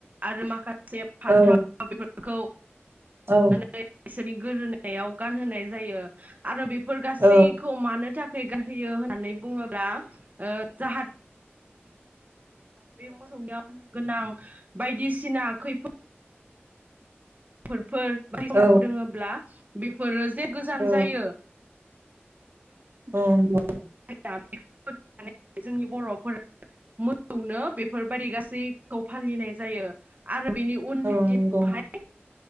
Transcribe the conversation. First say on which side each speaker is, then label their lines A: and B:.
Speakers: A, on the right; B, on the right.
A: आरो माखा से फान्थाव
B: औ
A: बेफोर खौ
B: औ
A: माने बिसोरनि गोदोना याव गानहोनाय जायो। आरो बेफोर गासैखौ
B: औ
A: मानो था थाखाय <unintelligible> होयो होननानै बुङोब्ला ओ जाहा बे मोसौनियाव गोनां बायदिसिना खैफोद फोरफोर <unintelligible>
B: औ
A: रोङोब्ला बेफोरो जे गोजान
B: औ
A: जायो
B: औ <unintelligible>
A: दा <unintelligible> जोंनि बर'फोरा मोसौनो बेफोरबायदि गासैखौ फालिनाय जायो आरो बिनि उन
B: औ
A: दिनावहाय
B: नंगौ